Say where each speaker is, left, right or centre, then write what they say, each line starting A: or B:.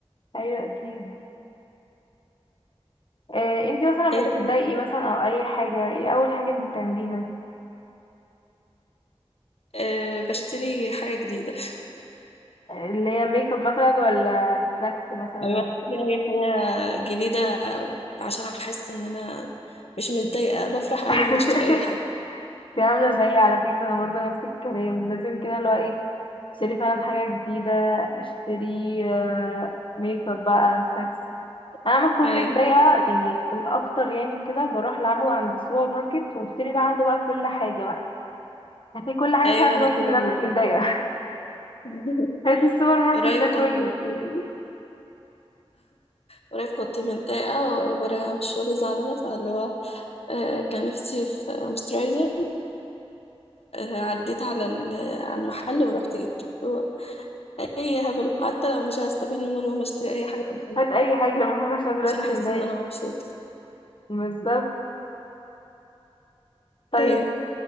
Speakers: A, on the left; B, on the left.
A: أيوة أكيد آه، انتي مثلا لما
B: ايه
A: بتتضايقي
B: رأيك؟
A: مثلا أو أي حاجة ايه أول حاجة انتي بتعمليها؟
B: أه بشتري حاجة جديدة
A: اللي هي ميك اب مثلا ولا سناكس مثلا
B: بشتري اي حاجة جديدة عشان احس ان انا مش متضايقة بفرح اول
A: <laughs>
B: ما بشتري اي حاجة
A: دي عاملة زيي على فكرة أنا برضه نفس الكلام لازم كده اللي هو إيه أشتري فعلا حاجة جديدة أشتري آه، ميك اب بقى سناكس أنا لما أكون
B: ايوه
A: متضايقة يعني الأكتر يعني كده بروح لعمو عند السوبر ماركت وأشتري بقى عنده بقى كل حاجة بقى هاتي كل حاجة
B: ايوه
A: عشان أنا
B: انا
A: دلوقتي
B: كده
A: من عندك متضايقة
B: <laughs>
A: <laughs> هات السوبر ماركت
B: قريب
A: ده
B: كنت
A: كله
B: متضايقة قريب كنت متضايقة وراجعة من الشغل زعلانة فاللي هو آه، كان نفسي في مسترايزر عديت على ال- على المحل ورحت جبته هو أي هبل حتى لو مش هستفيد منه المهم اشتري أي حاجة
A: <laughs>
B: قدامي
A: هات أي حاجة المهم عشان أنا دلوقتي
B: عشان أحس
A: متضايقة
B: إن أنا مبسوطة
A: بالظبط طيب
B: أيوة